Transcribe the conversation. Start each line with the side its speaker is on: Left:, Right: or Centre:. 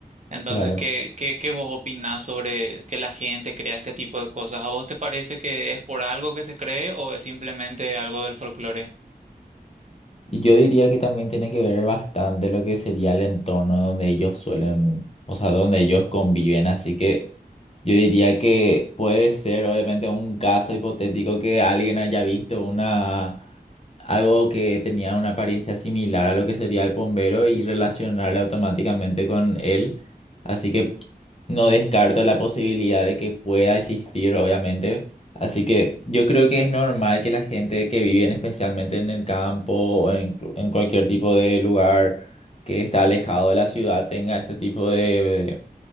Right: Entonces,
Left: Claro.
Right: ¿qué, qué, qué vos opinás sobre que la gente crea este tipo de cosas? ¿A vos te parece que es por algo que se cree o es simplemente algo del folclore?
Left: Y yo diría que también tiene que ver bastante lo que sería el entorno donde ellos suelen, o sea, donde ellos conviven. Así que yo diría que puede ser obviamente un caso hipotético que alguien haya visto una, algo que tenía una apariencia similar a lo que sería el bombero y relacionarle automáticamente con él. Así que no descarto la posibilidad de que pueda existir, obviamente Así que yo creo que es normal que la gente que vive en- especialmente en el campo o en, en cualquier tipo de lugar que está alejado de la ciudad tenga este tipo de,